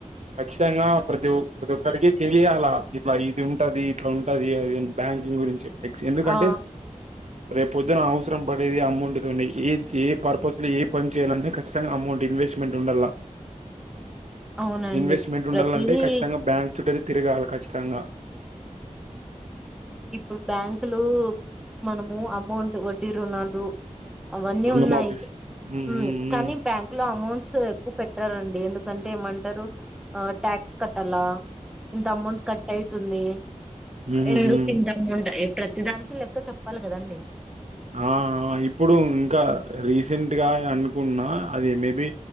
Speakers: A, on the right; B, in the centre.
A: ఖచ్చితంగా ప్రతి ప్రతి ఒక్కరికి తెలియాల ఇట్లా ఇది ఉంటది ఇట్లా ఉంటది అది బ్యాంకింగ్ గురించి ఫిక్స్ ఎందుకంటే
B: ఆ
A: రేపు పొద్దున అవసరం పడేది అమౌంట్ తోనే ఏ ఏ పర్పస్ లో ఏ పని చేయాల అన్న ఖచ్చితంగా అమౌంట్ ఇన్వెస్ట్మెంట్ ఉండల్లా
B: అవునండి
A: ఇన్వెస్ట్మెంట్
B: ప్రతిదీ
A: ఉండాలంటే ఖచ్చితంగా బ్యాంక్ చుట్టూరి తిరగాల కచ్చితంగా
B: ఇప్పుడు బ్యాంకులు మనము అమౌంట్ వడ్డీ రుణాలు అవన్నీ
A: రుణమాఫీస్
B: ఉన్నాయి
A: హ్మ్
B: హు
A: హ్మ్ హ్మ్
B: కానీ బ్యాంక్ లో అమౌంట్ సో ఎక్కువ పెట్టారండి ఎందుకంటే ఏమంటారు ఆ ట్యాక్స్ కట్టాల ఇంత అమౌంట్ కట్ అయితుంది
A: ఉహు
B: ఎందుకు
A: ఉ
B: ఇంత అమౌంట్ ఏప్ ప్రతి దానికి లెక్క చెప్పాలి కదండీ
A: ఆ ఆ ఇప్పుడు ఇంకా రీసెంట్గా అనుకున్నా అది మేబి